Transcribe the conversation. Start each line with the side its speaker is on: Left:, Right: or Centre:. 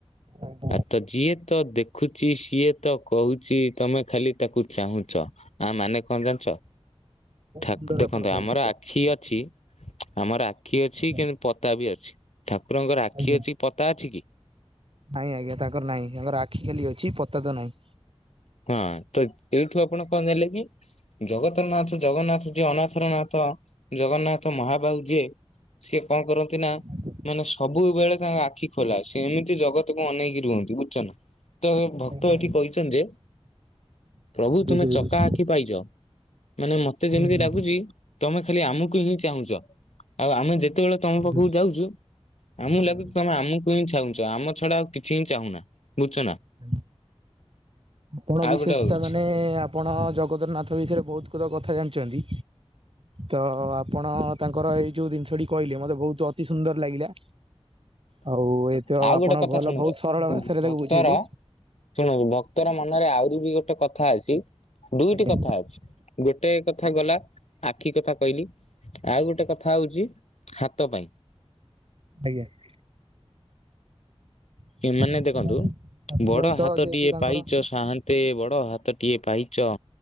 Right: ବହୁତ
Left: ଆ ତ ଯିଏ ତ ଦେ ଖୁଚି ସିଏ ତ କୋହୁଚି। ତମେ ଖାଲି ତାକୁ ଚାହୁଁଚ। ଆ ମାନେ କଣ ଜାଣିଚ? ଠାକୁ
Right: ସୁନ୍ଦର
Left: ଦେଖନ୍ତୁ
Right: ଆପଣ କହିଲେ
Left: ଆମର
Right: ଏଇଟା
Left: ଆଖି ଅଛି। ଆମର ଆଖି ଅଛି
Right: ଆଜ୍ଞା
Left: କିନ୍ତୁ ପତା ବି ଅଛି। ଠାକୁରଙ୍କର ଆଖି
Right: ଆଜ୍ଞା
Left: ଅଛି ପତା ଅଛି କି?
Right: ନାଇଁ ଆଜ୍ଞା ତାଙ୍କର ନାଇଁ ତାଙ୍କର ଆଖି ଖାଲି ଅଛି ପତା ତ ନାଇଁ।
Left: ହଁ ତ ଏଇଠୁ ଆପଣ କଣ ଜାଣିଲେ କି? ଜଗତର ନାଥ ଜଗନ୍ନାଥ ଯିଏ ଅନାଥର ନାଥ ଜଗନ୍ନାଥ ମହାବାହୁ ଯିଏ ସିଏ କଣ କରନ୍ତି ନା
Right: ଆଜ୍ଞା
Left: ମାନେ ସବୁବେଳେ ତାଙ୍କ ଆଖି ଖୋଲା। ସେ ଏମିତି ଜଗତକୁ ଅନେଇକି ରୁହନ୍ତି ବୁଝୁଚ ନା? ତ ଭକ୍ତ
Right: ଆଜ୍ଞା
Left: ଏଠି କହିଚନ୍ତି ଯେ ପ୍ରଭୁ ତୁମେ
Right: ବୁଝୁଛି ବୁଝୁଛି
Left: ଚକା ଆଖି ପାଇଚ ମାନେ ମତେ
Right: ଆଜ୍ଞା
Left: ଯେମିତି
Right: ବୁଝୁଛି
Left: ଲାଗୁଚି। ତମେ ଖାଲି ଆମକୁ ହିଁ ଚାହୁଁଚ ଆଉ ଆମେ ଯେତେବେଳେ ତମ
Right: ବୁଝୁଛି
Left: ପାଖକୁ ଯାଉଚୁ, ଆମକୁ
Right: ଆଜ୍ଞା
Left: ଲାଗୁଚି
Right: ବୁଝୁଛି
Left: ତମେ ଆମକୁ ହିଁ ଚାହୁଁଚ। ଆମେ ତ ଛଡା ଆଉ କିଛି ହିଁ ଚାହୁଁନା। ବୁଝୁଛ ନା?
Right: ଆଜ୍ଞା ଆପଣ
Left: ଆଉ
Right: ବିଶେଷତା
Left: ଗୋଟେ ହଉଛି
Right: ମାନେ ଆପଣ ଜଗତର ନାଥ ବିଷୟରେ ବହୁତ କ କଥା ଜାଣିଛନ୍ତି? ତ ଆପଣ ତାଙ୍କର ଏଇ ଯୋଉ ଜିନିଷଟି କହିଲେ ମତେ ବହୁତ ଅତି ସୁନ୍ଦର ଲାଗିଲା। ଆଉ ଏ ତ
Left: ଆଉ
Right: ଆପଣ
Left: ଗୋଟେ କଥା
Right: ଭଲ
Left: ଶୁଣୁଛ
Right: ବହୁତ ସରଳ ଭାଷାରେ ତାକୁ
Left: ଭକ୍ତର
Right: ବୁଝେଇଲେ
Left: ଶୁଣୁ ଭକ୍ତର ମନରେ ଆହୁରି ବି ଗୋଟେ କଥା ଅଛି, ଦୁଇଟି
Right: ଆଜ୍ଞା
Left: କଥା ଅଛି। ଗୋଟେ କଥା ଗଲା ଆଖି କଥା କହିଲି। ଆଉ ଗୋଟେ କଥା ହଉଛି ହାତ ପାଇଁ।
Right: ଆଜ୍ଞା। ଆଉ
Left: ଏମାନେ
Right: ଆଙ୍କ
Left: ଦେଖନ୍ତୁ
Right: ପାଇଁ ତାଙ୍କ
Left: ବଡ
Right: ପାଇଁ ତ
Left: ହାତଟିଏ
Right: ଯେହେତୁ ତାଙ୍କର
Left: ପାଇଚ ସାହାନ୍ତେ ବଡ ହାତଟିଏ ପାଇଚ।